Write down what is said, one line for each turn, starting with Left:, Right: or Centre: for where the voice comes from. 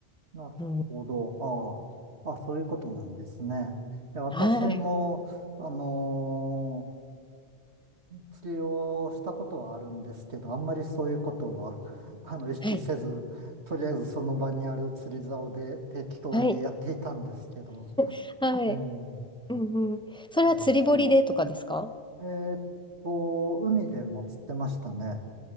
Right: なるほど。
Centre: うん、
Right: ああ。あ、そういうことなんですね。いや、私も、
Centre: はい、
Right: あのー釣りをしたことはあるんですけど、あんまりそういうことは、あの、意識せず、
Centre: はい、
Right: とりあえずその場にある釣り竿で適当にやっていたんですけど、
Centre: はい、<laughs> はい。
Right: えー
Centre: うんうん、それは釣り堀でとかですか
Right: うん、えーっと、海でも釣ってましたね。